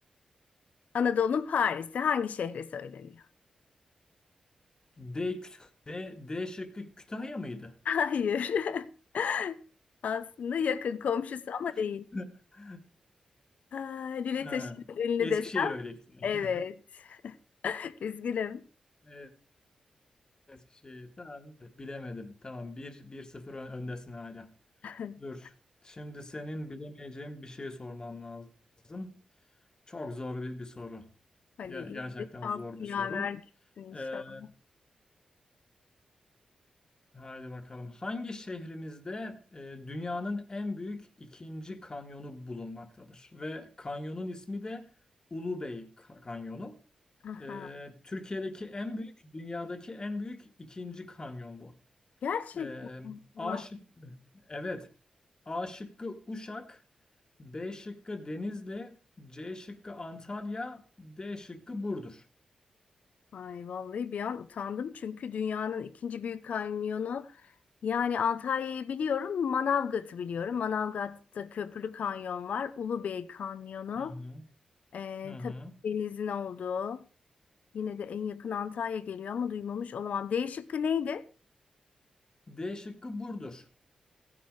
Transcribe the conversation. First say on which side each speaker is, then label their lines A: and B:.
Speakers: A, on the left; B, on the left.
A: Anadolu'nun Paris'i hangi şehre söyleniyor?
B: D, küt- D, D şıkkı Kütahya mıydı?
A: <laughs> Hayır. <laughs> Aslında yakın komşusu ama değil.
B: <laughs>
A: Aa, Lüle
B: Ha.
A: Taşı'nın ünlü
B: Eskişehir
A: desem.
B: öyleyse. <laughs>
A: Evet. <laughs> Üzgünüm.
B: Evet, Eskişehir. Tamam. Bilemedim. Tamam. bir bir sıfır ön- öndesin hala.
A: <laughs>
B: Dur. Şimdi senin bilemeyeceğin bir şey sormam lazım. Çok zor bir, bir soru.
A: Hadi
B: Ge-
A: iyi
B: gerçekten
A: de şansın
B: zor bir
A: yaver
B: soru.
A: gitsin inşallah.
B: Ee, haydi bakalım. Hangi şehrimizde e, dünyanın en büyük ikinci kanyonu bulunmaktadır? Ve kanyonun ismi de Ulubey Ka- Kanyonu.
A: Aha.
B: Ee, Türkiye'deki en büyük, dünyadaki en büyük ikinci kanyon bu.
A: Gerçekten
B: Ee,
A: Allah.
B: A şıkkı, evet. A şıkkı Uşak, B şıkkı Denizli, C şıkkı Antalya, D şıkkı Burdur.
A: Ay vallahi bir an utandım çünkü dünyanın ikinci büyük kanyonu yani Antalya'yı biliyorum, Manavgat'ı biliyorum. Manavgat'ta Köprülü Kanyon var, Ulubey Kanyonu.
B: Hı hı,
A: Ee,
B: hı hı.
A: tabii denizin olduğu. Yine de en yakın Antalya geliyor ama duymamış olamam. D şıkkı neydi?
B: D şıkkı Burdur.